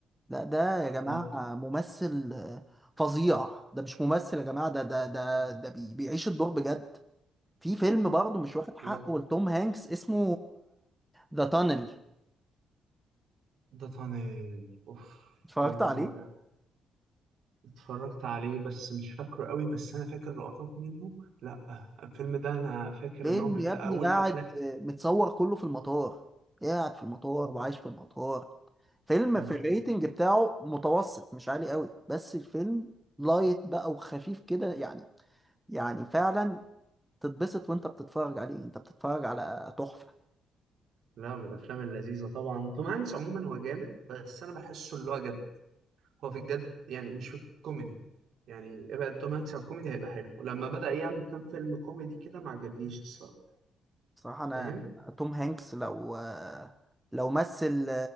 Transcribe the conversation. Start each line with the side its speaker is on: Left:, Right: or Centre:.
Centre: لا ده يا جماعه
Right: هو توب
Centre: ممثل آه، فظيع ده مش ممثل يا جماعه ده ده ده ده بي بيعيش الدور بجد في فيلم برضه مش واخد حقه
Right: هو
Centre: لتوم هانكس اسمه ذا تانل
Right: ده طنيل اوف الفيلم
Centre: اتفرجت
Right: ده
Centre: عليه
Right: رائع اتفرجت عليه بس مش فاكره قوي بس انا فاكر لقطات منه لا الفيلم ده انا فاكر
Centre: فيلم
Right: ان هو من
Centre: يا
Right: اول
Centre: ابني قاعد
Right: الافلام
Centre: آه، متصور كله في المطار قاعد في المطار
Right: آه.
Centre: وعايش في المطار فيلم
Right: لا
Centre: في الريتنج بتاعه متوسط مش عالي قوي بس الفيلم لايت بقى وخفيف كده يعني يعني فعلا تتبسط وانت بتتفرج عليه انت بتتفرج على تحفة
Right: لا من الافلام اللذيذه طبعا توم هانكس عموما هو جامد بس انا بحسه اللي هو جد هو في الجد يعني مش في الكوميدي يعني ابعد توم هانكس عن الكوميدي هيبقى حلو لما بدأ يعمل كام فيلم كوميدي كده ما عجبنيش الصراحه
Centre: صراحة انا
Right: فاهم
Centre: توم هانكس لو لو مثل